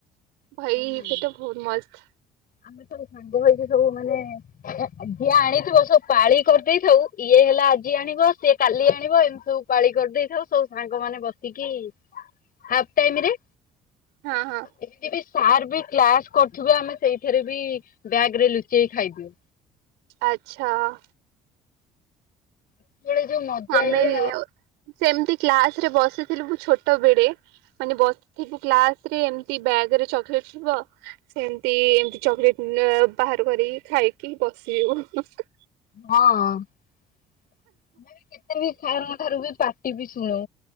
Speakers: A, on the left; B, on the right.
A: ଖାଇବୁ।
B: ଭାଇ ସେଇଟା ବହୁତ ମସ୍ତ।
A: ଆମେ ସବୁ ସାଙ୍ଗ ହେଇକି ସବୁ ମାନେ ଯିଏ ଆଣିଥିବ ସବୁ ପାଳି କରିଦେଇଥାଉ ଇଏ ହେଲା ଆଜି ଆଣିବ ସିଏ କାଲି ଆଣିବ ଏମିତି ସବୁ ପାଳି କରିଦେଇଥାଉ ସବୁ ସାଙ୍ଗ ମାନ ବସିକି ହାପ୍ ଟାଇମ୍ ରେ।
B: ହଁ ହଁ।
A: ଏମତି ବି ସାର୍ ବି କ୍ଲାସ କରୁଥିବେ ଆମେ ସେଇଠାରେ ବି ବ୍ୟାଗ ରେ ଲୁଚେଇ ଖାଇଦିଉ।
B: ଆଚ୍ଛା ଅଁ।
A: ସେତେବେଳେ ଯୋଉ ମଜା
B: ଆମେ
A: ଇଏ
B: ବି ଆଉ ସେମିତି କ୍ଲାସ ରେ ବସିଥିଲୁ ମୁଁ ଛୋଟ ବଳେ ମାନେ ବସିଥିବୁ କ୍ଲାସ ରେ ଏମତି ବ୍ୟାଗ ରେ ଚକଲେଟ ଥିବ। ସେମତି ଏମତି ଚକୋଲେଟ ଏଁ ବାହାର କରିକି ଖାଇକି ବସିଯିବୁ ହୁ ହୁ।
A: ହଁ ଆମେବି କେତେ ମିସ ଶାର୍ ଙ୍କ ଠାରୁ ବି ପାଟି ବି ଶୁଣୁ।